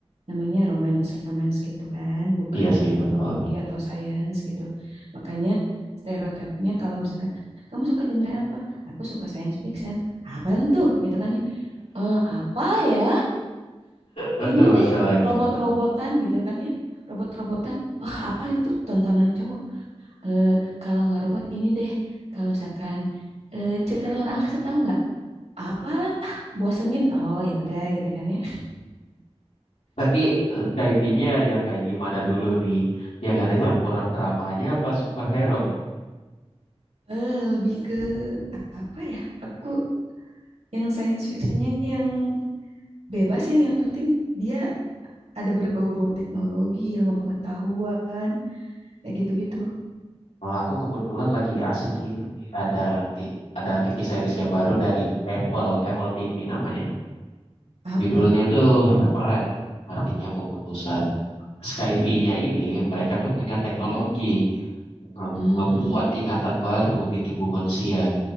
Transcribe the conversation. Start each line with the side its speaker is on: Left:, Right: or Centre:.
Right: namanya romance romance gitu kan, bukan
Left: Iya
Right: yang
Left: sih
Right: teknologi
Left: betul.
Right: atau science gitu. Makanya stereotipnya kalau misalkan kamu suka genre apa? Aku suka science fiction. Apaan tuh? Gitu kan ya. Eh, apa ya?
Left: Betul
Right: Ini deh
Left: betul lagi.
Right: robot-robotan gitu kan ya. Robot-robotan. Wah, apaan itu tontonan cowok? eh, kalau nggak robot ini deh, kalau misalkan eh, cerita luar angkasa tahu nggak? Apalah, bosenin. Oh ya udah gitu kan ya.
Left: Tapi eh, sci-fi-nya yang kayak gimana dulu nih? Yang ada campuran dramanya apa superhero nih?
Right: Eh, lebih ke apa ya? Aku yang science fictionnya yang bebas ya, yang penting dia ada berbau-bau teknologi, ilmu pengetahuan, kayak gitu-gitu.
Left: Kalau aku kebetulan lagi asikin ada ti- ada TV series yang baru dari Apple, Apple TV namanya.
Right: Apa
Left: Judulnya
Right: tuh?
Left: tuh Severance, artinya pemutusan. Skyview-nya ini mereka tuh punya teknologi
Right: Mm
Left: nge-
Right: -mm.
Left: ngebuat ingatan baru di tubuh manusia.